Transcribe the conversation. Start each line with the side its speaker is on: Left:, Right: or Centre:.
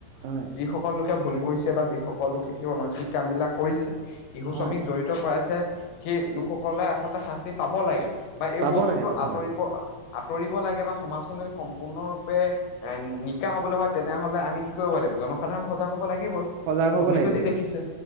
Right: হয়
Left: যিসকল কিবা ভুল কৰিছে বা যিসকল লোকে সেই অনৈতিক কামবিলাক কৰিছে, শিশু
Right: হয়
Left: শ্ৰমিক জড়িত কৰাইছে সেইলোকসকলে আচলতে শাস্তি পাব লাগে বা এই
Right: পাব
Left: বস্তুটো
Right: লাগে পাব
Left: আতৰিব
Right: লাগে।
Left: আতৰিব লাগে বা সমাজখন সম্পূৰ্ণৰূপে এ, নিকা হবলৈ হয় তেনেহলে আমি কি কৰিব লাগিব জনসাধাৰণ সজাগ হব লাগিবই।
Right: সজাগ হ'ব
Left: তুমি
Right: লাগিব
Left: যদি
Right: হয়।
Left: দেখিছে